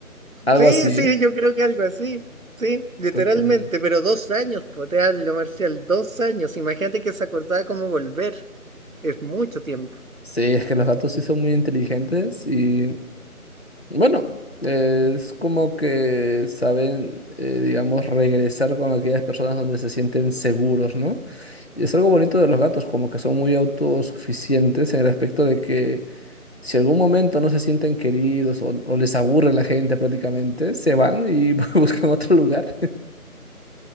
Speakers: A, on the left; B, on the right.
A: Algo
B: Sí,
A: así,
B: sí, yo creo que algo así. Sí, literalmente,
A: totalmente.
B: pero dos años, pues te hablo, Marcial, dos años. Imagínate que se acordaba cómo volver. Es mucho tiempo.
A: Sí, es que los gatos sí son muy inteligentes y bueno, eh, es como que saben, eh, digamos, regresar con aquellas personas donde se sienten seguros, ¿no? Y es algo bonito de los gatos, como que son muy autosuficientes en el aspecto de que Si algún momento no se sienten queridos o, o les aburre la gente prácticamente, se van y <laughs> buscan otro lugar.